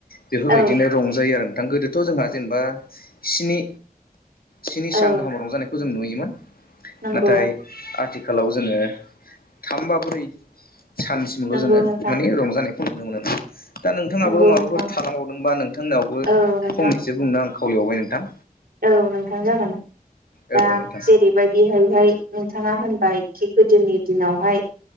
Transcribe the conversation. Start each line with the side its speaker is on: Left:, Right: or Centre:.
Left: बेफोरबायदिनो
Right: औ
Left: रंजायो आरो। गोदोथ' जोंहा जेनेबानि स्नि स्नि सान
Right: औ
Left: गाहाम रंजानायखौ जों नुयोमोन
Right: नंगौ
Left: नाथाय आथि आथिखालाव जोङो थाम बा ब्रै सानसिमल'
Right: नंगौ
Left: जोङो
Right: नोंथां
Left: माने रंजानाय नुनो मोनोन दा नोंथाङाबो
Right: नंगौ
Left: माबाफोर
Right: नोंथां
Left: थानांबावदोंबा नोंथांनावबो
Right: औ नोंथां
Left: फंनैसो बुंनो आं खावलाय बावबाय नोंथां।
Right: औ नोंथां जागोन।
Left: औ
Right: दा
Left: नोंथां
Right: जेरैबायदि हैहाय। नोंथाङा होनबाय खि गोदोनि दिनावहाय।